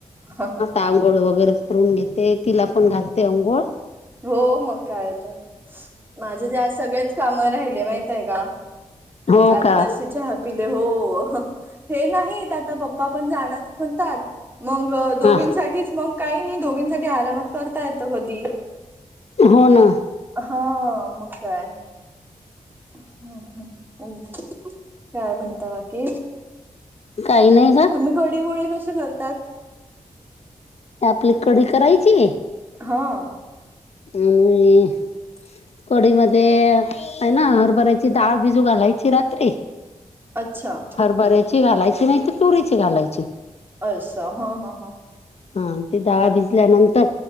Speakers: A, on the right; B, on the left.
A: हहहह.
B: आंघोळ वगैरे करून घेते तिला पण घालते अंघोळ.
A: हो मग काय तर? माझं ते आज सगळेच काम राहिले माहित आहे का?
B: हो
A: आताशी
B: का
A: चहा पिले हो. हे नाहीत आता पप्पा पण जाणार म्हणतात मग दोघींसाठीच.
B: हा.
A: मग काही नाही दोघींसाठी आरामात करता येत कधी.
B: हो ना.
A: हा मग काय? ह ह काय म्हणता बाकी?
B: काही नाही गं.
A: तुम्ही कडी गोळे कसे करतात.
B: आपली कढी करायची.
A: हां.
B: <unintelligible> कढई मध्ये आहे ना, हरभऱ्याची डाळ भिजू घालायची रात्री
A: अच्छा
B: हरभऱ्याची घालायची नाही तर तुरीची घालायची.
A: अस हा हा हा.
B: हा ते डाळ भिजल्यानंतर